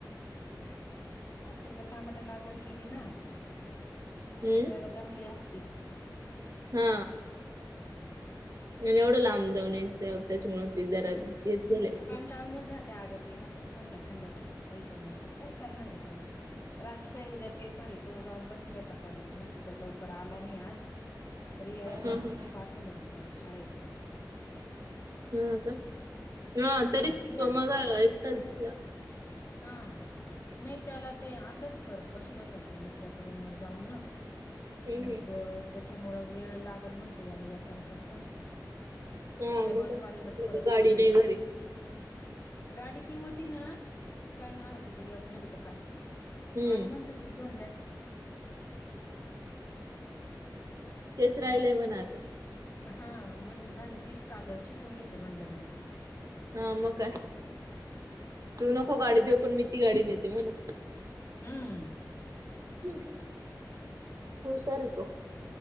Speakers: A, on the left; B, on the right.
A: आज तिकडे तमाटा लागवड केली ना
B: हम्म
A: जरा दमले असतील.
B: हा एवढं ला त्याच्यामुळे ते जरात येत गले असते.
A: त्यान ज <inaudible> त्या आग नकोच म्हणत संध्याकाळचं काही पण महतात काय करणार आहे त्याला रास्त आहे उद्या पेपर आहे तो जाऊन बसेल होता कॉलेज मध्ये तर लवकर आला नाही आज तरी याला
B: हा
A: बसमध्ये
B: हा
A: पाठवलं मी परत शाळेच्या
B: हा का हा तरीच
A: ती गा
B: तो मगा एकटाच दिसला.
A: हा नाही त्याला ते अभ्यास करत बसेन होत मित्राच्या रूमर जाऊन ना
B: हम्म
A: मग
B: हम्म
A: त्याच्यामुळं वेळ लागेल म्हंटलं याला यातन करता.
B: हा
A: त्या
B: मग
A: बसवाल्यालाच
B: काय आपल्या
A: परत
B: गाडी
A: फोन
B: नाही
A: केला
B: घरी
A: गाडी ती होती ना काय नाव आहे तिचं यप झेडक काय
B: हम्म
A: मला म्हणतो ती घेऊन जाय.
B: तेच राहिलंय मना आत.
A: हा म्हणलं झालं तीच चाल शिकून घेते म्हणलं मी आता.
B: हा मग काय तू नको गाडी देऊ पण मी ती गाडी नेते म्हणा
A: हम्म
B: ह् हुशार तो